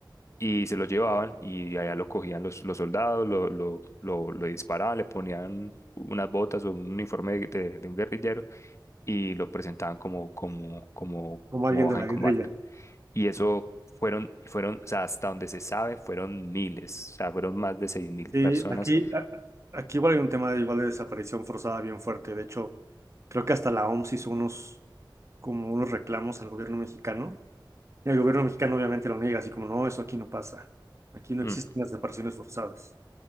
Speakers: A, on the left; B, on the right.
A: y se lo llevaban, y allá lo cogían los, los soldados, lo, lo, lo, lo disparaban, le ponían unas botas o un uniforme de de- de un guerrillero, y lo presentaban como, como, como,
B: como
A: como
B: alguien
A: baja
B: de la
A: en combate.
B: guerrilla.
A: Y eso fueron, fueron, o sea, hasta donde se sabe, fueron miles, o sea, fueron más de seis mil
B: Sí,
A: personas.
B: aquí, a- aquí igual hay un tema de igual de desaparición forzada bien fuerte. De hecho, creo que hasta la OMS hizo unos, como unos reclamos al gobierno mexicano. Y el gobierno mexicano obviamente lo niega, así como, no, eso aquí no pasa. Aquí no existen
A: Mm,
B: las desapariciones forzadas.